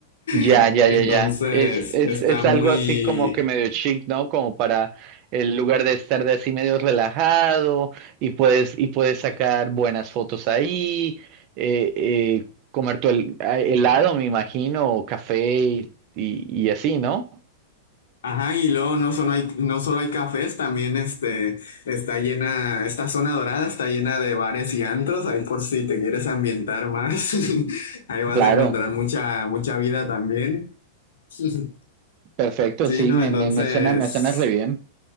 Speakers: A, on the right; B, on the left.
A: Ya,
B: <laughs>
A: ya,
B: Entonces
A: ya, ya. Es, es,
B: está
A: es
B: muy,
A: algo así como que medio chic, ¿no? Como para el lugar de estar de así medio relajado y puedes, y puedes sacar buenas fotos ahí, eh, eh, comer tu hel- ah, helado, me imagino, o café y, y y así, ¿no?
B: Ajá, y luego no solo hay, no solo hay cafés, también este, está llena, esta zona dorada está llena de bares y antros, ahí por si te quieres ambientar más, <laughs> ahí vas
A: Claro.
B: a encontrar mucha, mucha vida también. <laughs>
A: Perfecto,
B: Sí,
A: sí,
B: ¿no?
A: me,
B: Entonces...
A: me, me suena, me suena re bien.